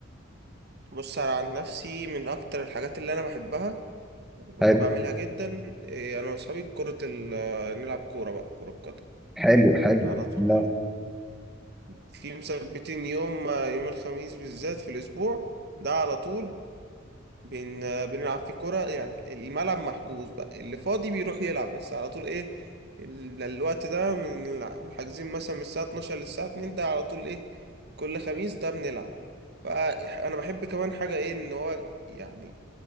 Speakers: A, on the right (about 55°); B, in the centre.
A: بص انا عن نفسي من اكتر الحاجات اللي انا بحبها وبحب
B: ايه حلو
A: اعملها جدا إيه، انا واصحابي كرة ال آه، نلعب كورة بقى كرة قدم
B: حلو
A: يعني
B: حلو
A: على طول
B: لا
A: في مثبتين يوم آه، يوم الخميس بالذات في الاسبوع ده على طول بن... بنلعب فيه كرة يعني الملعب محجوز بقى اللي فاضي بيروح يلعب بس على طول ايه ال- الوقت ده من الع- حاجزين مثلا من الساعة 12 للساعة 2 ده على طول ايه كل خميس ده بنلعب فأنا بحب كمان حاجة ايه ان هو يعني